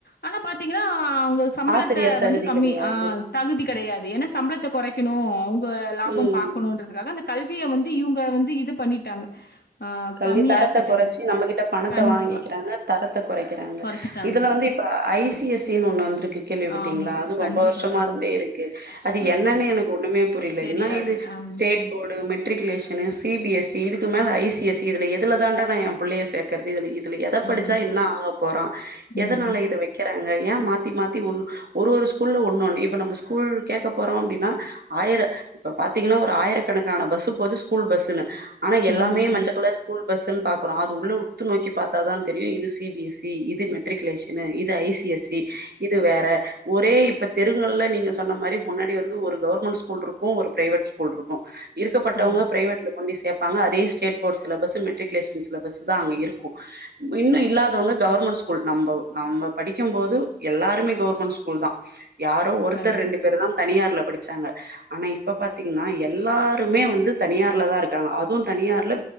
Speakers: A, on the left; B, on the right.
A: ஆனா பாத்தீங்கன்னா அவங்க சம்பளத்த
B: ஆசிரியர் தகுதி
A: வந்து கம்மி
B: கெடையாது
A: அ தகுதி கெடையாது ஏன்னா சம்பளத்த கொறைக்கணோ அவுங்க லாபோ
B: ம்
A: பாக்கனோன்றதுக்காக அந்த கல்விய வந்து இவுங்க வந்து இது பண்ணிட்டாங்க ஆ
B: கல்வி
A: கம்மியாக்கிட்டாங்க.
B: தரத்த கொறச்சி நம்மகிட்ட பணத்த
A: கண்டிப்பா.
B: வாங்கிக்கிறாங்க தரத்த கொறைக்கிறாங்க
A: கொறச்சுட்டாங்க.
B: இதுல வந்து இப்ப ஐ சி எஸ் ஐ னு ஒண்ணு வந்திருக்கு கேள்விப்பட்டீங்களா
A: ஆமா.
B: அதுவு
A: கண்டிப்பா.
B: ரொம்ப வர்ஷமா
A: ஆமா,
B: இருந்தே இருக்கு அது
A: ஆமா.
B: என்னன்னு எனக்கு ஒண்ணுமே புரியுல
A: தெரியாது.
B: இன்னா இது
A: ஆமா,
B: ஸ்டேட் போர்டு மெட்ரிகுலேஷனு சி பி எஸ் சி இதுக்கு மேல ஐ சி எஸ் சி இதுல எதுலதாண்டா நா ஏ புள்ளைய சேக்கறது இதுல இது இதுல எத படிச்சா
A: ஆமா.
B: என்னா ஆக போறா எதனால
A: ம்,
B: இத வெக்கிறாங்க ஏ மாத்தி மாத்தி ஒண்ணு ஒரு ஒரு ஸ்கூல்ல ஒண்ணு ஒண்ணு இப்ப நம்ப ஸ்கூல் கேட்க போறோ அப்டீன்னா ஆயிர இப்ப பாத்தீங்கன்னா ஒரு ஆயிரக்கணக்கான பஸ்ஸு போது ஸ்கூல் பஸ்ஸுனு ஆனா எல்லாமே
A: ம். கண்டிப்பா.
B: மஞ்ச கலர் ஸ்கூல் பஸ்ஸுனு பாக்குறோ அது உள்ள உத்து நோக்கி பாத்தாதா தெரியு இது சி பிஸ் இ இது மெட் ரிக்குலேஷனு இது ஐ சி எஸ் இ இது வேற ஒரே இப்ப தெருங்கல்ல நீங்க சொன்ன மாரி முன்னாடி வந்து ஒரு கவர்மெண்ட் ஸ்கூல் இருக்கோ ஒரு பிரைவேட் ஸ்கூல் இருக்கோ இருக்கப்பட்டவங்க
A: ஆமா,
B: பிரைவேட்ல கொண்டுபோயி சேப்பாங்க அதே state boards syllabus matriculation syllabus தா அங்க இருக்கோ இன்னோ இல்லாதவங்க கவர்மெண்ட் ஸ்கூல் நம்ம படிக்கும் போது எல்லாருமே கவர்மெண்ட் ஸ்கூல் தா யாரோ ஒருத்தர்
A: கண்டிப்பா.
B: ரெண்டு பேரு தா தனியார்ல படிச்சாங்க ஆனா இப்ப பாத்தீங்கனா எல்லாருமே வந்து தனியார்லதா இருக்காங்க அதுவு தனியார்ல